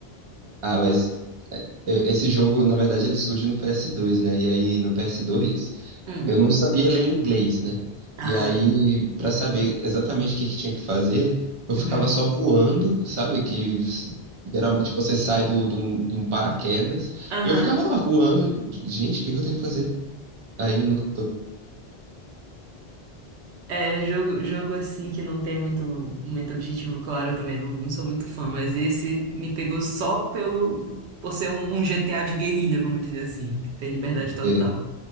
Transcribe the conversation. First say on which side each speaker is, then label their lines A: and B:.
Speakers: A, on the right; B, on the right.
A: ah, mas é, eu- esse jogo, na verdade, ele surge no PS2, né? E aí no PS2
B: Hum.
A: eu não sabia ler inglês, né?
B: Ah.
A: E aí, para saber exatamente o que que tinha que fazer, eu
B: Uhum.
A: ficava só voando, sabe? Que s- geralmente você sai do, de um, de um paraquedas.
B: Aham.
A: Eu ficava lá voando, e, gente, o que que eu tenho que fazer? Aí nunca
B: É, jogo, jogo assim que não tem muito, muito objetivo claro, eu também não, não sou muito fã, mas esse me pegou só pelo, por ser um, um GTA de guerrilha, vamos dizer assim, que tem liberdade total.
A: sei.